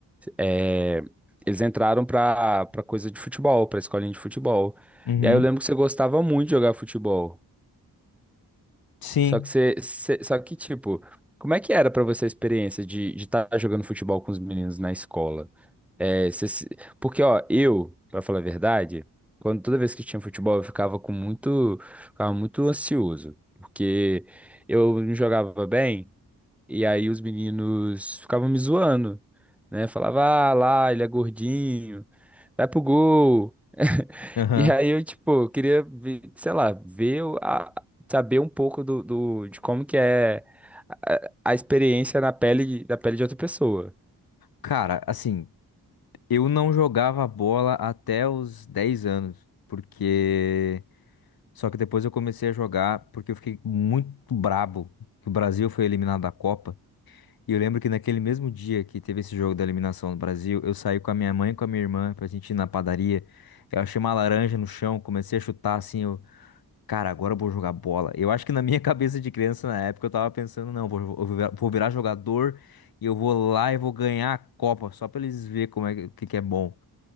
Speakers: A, in the centre; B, on the left (about 60°).
A: é, eles entraram pra, pra coisa de futebol, pra escolinha de futebol.
B: Uhum.
A: E aí eu lembro que você gostava muito de jogar futebol.
B: Sim.
A: Só que você, você- só que tipo, como é que era pra você a experiência de de estar jogando futebol com os meninos na escola? É, você se- porque ó, eu, pra falar a verdade, quando toda vez que tinha futebol, eu ficava com muito, ficava muito ansioso, porque eu não jogava bem. E aí os meninos ficavam me zoando, né? Falava, ah, lá, ele é gordinho, vai pro gol. <laughs>
B: Aham.
A: E aí eu, tipo, queria ver, sei lá, ver, o- a, saber um pouco do, do- de como que é a, a experiência na pele, da pele de outra pessoa.
B: Cara, assim, eu não jogava bola até os 10 anos, porque. Só que depois eu comecei a jogar porque eu fiquei muito brabo que o Brasil foi eliminado da Copa. E eu lembro que naquele mesmo dia que teve esse jogo da eliminação no Brasil, eu saí com a minha mãe e com a minha irmã pra gente ir na padaria. Eu achei uma laranja no chão, comecei a chutar assim, eu, cara, agora eu vou jogar bola. Eu acho que na minha <laughs> cabeça de criança na época eu tava pensando, não, vou, vou virar vou virar jogador e eu vou lá e vou ganhar a Copa, só pra eles verem como é que, que que é bom.